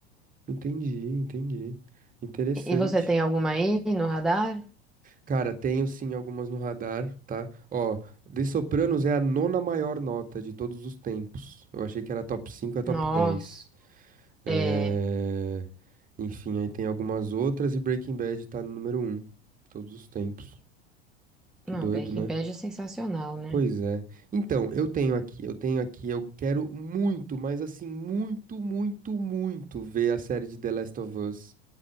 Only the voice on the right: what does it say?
Entendi, entendi. Interessante.
Cara, tenho sim algumas no radar, tá? Ó, The Sopranos é a nona maior nota de todos os tempos. Eu achei que era top 5, é top
10. É...
Enfim, aí tem algumas outras e Breaking Bad tá no número um todos os tempos. Que
doido,
né?
Pois é. Então, eu tenho aqui, eu tenho aqui, eu quero muito, mas assim, muito, muito, muito ver a série de The Last of Us